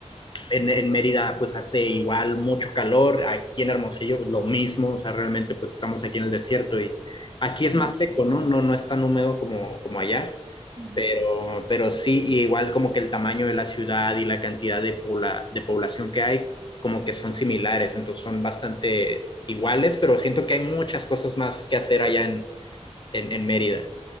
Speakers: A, on the left; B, on the right.
A: En, en, Mérida pues hace igual mucho calor, aquí en Hermosillo pues, lo mismo, o sea, realmente pues estamos aquí en el desierto y aquí
B: Bueno,
A: es más seco,
B: sí.
A: ¿no? No, no es tan húmedo como, como allá,
B: Ujú.
A: pero, pero sí, y igual como que el tamaño de la ciudad y la cantidad de, pobla, de población que hay como que son similares, entonces son bastante iguales, pero siento que hay muchas cosas más que hacer allá en, en, en Mérida.